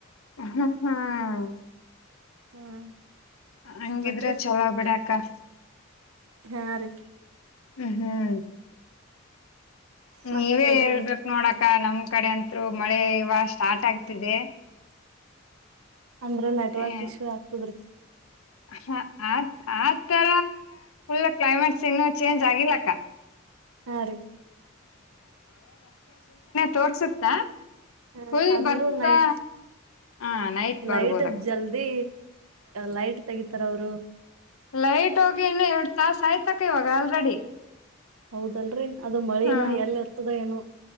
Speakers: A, on the left; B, on the right.
A: ಹ್ಮ್ ಹ್ಮ್
B: ಹ್ಮ್
A: ಹಂಗಿದ್ರೆ
B: ಮತ್ರಿ
A: ಚಲೋ ಬಿಡಾಕ್ಕ
B: ಹಾ ರೀ
A: ಹ ಹ್ಮ್
B: ಮತ್
A: ನೀವೇ
B: ಹೇಳ್ರಿ
A: ಹೇಳ್ಬೇಕ ನೋಡಕ ನಮ್ ಕಡೆ ಅತ್ರು ಮಳೆ ಸ್ಟಾರ್ಟ್ ಆಗ್ತಿದೆ
B: ಅಂದ್ರ ನೆಟ್ವರ್ಕ್
A: ಹ್ಮ
B: ಇಶ್ಯೂ ಆಗ್ತದ್ರಿ
A: ಹ ಆ ಆತರ ಫುಲ್ ಕ್ಲೈಮೇಟ್ಸ್ ಇನ್ನು ಚೇಂಜ್ ಆಗಿಲ್ಲ ಅಕ್ಕ
B: ಹಾ ರೀ
A: ತೋರ್ಸುತ್ತಾ
B: ಹ
A: ಫುಲ್
B: ಅಂದ್ರು
A: ಬರ್ತಾ
B: ನೈಟ್
A: ಹ ನೈಟ್ ಬರ್ಬೋದಕ್ಕ
B: ಲೈಟ್ ಜಲ್ದಿ ಲೈಟ್ ತೆಗಿತಾರೆ ಅವರು
A: ಲೈಟ್ ಹೋಗಿ ಇನ್ನು ಎರಡ್ ತಾಸ ಆಯ್ತಕ ಇವಾಗ ಆಲ್ರೆಡಿ
B: ಹೌದಲ್ರರಿ ಅದು ಮಳಿನ
A: ಹಾ
B: ಎಲ್ ಇರ್ತದ ಏನು